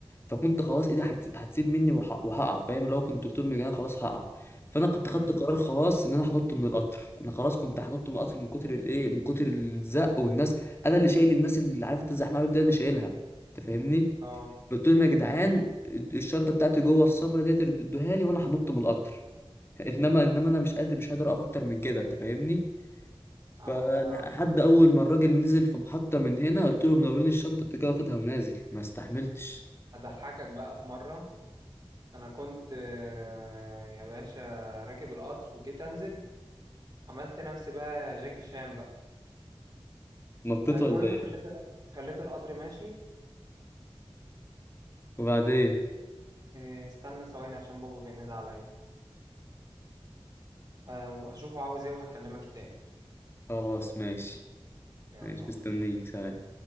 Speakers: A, on the left; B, on the right.
A: فكنت خلاص ايدي هت... هتسيب مني وح... وهقع فاهم لو كنت طول من انا خلاص هقع فانا كنت
B: امم
A: خدت قرار خلاص ان انا هنط من القطر انا خلاص كنت هنط من القطر من كتر الايه من كتر الزق والناس انا اللي شايل الناس اللي عارف انت الزحمه ده اللي شايلها انت فاهمني
B: اه
A: قلت لهم يا جدعان الشنطه بتاعتي جوه السمره ديت ادوها لي وانا هنط من القطر انما انما انا مش قادر مش قادر اقف اكتر من كده انت فاهمني
B: آه،
A: فلحد
B: انا
A: اول ما الراجل نزل في محطة من هنا قلت له منورين الشنطة انت كده واخدها ونازل ما استحملتش
B: هضحكك بقى في مرة انا كنت آه، يا باشا راكب القطر وجيت انزل عملت نفسي بقى جاكي شان بقى
A: نطيت
B: المهم
A: ولا ايه
B: خليت ال... خليت القطر ماشي
A: وبعدين
B: آه، استنى ثواني عشان بابا بينادي عليا آه، هشوفه عاوز ايه وهكلمك تاني
A: خلاص ماشي
B: يلا
A: ماشي مستنيك
B: ماشي
A: سلام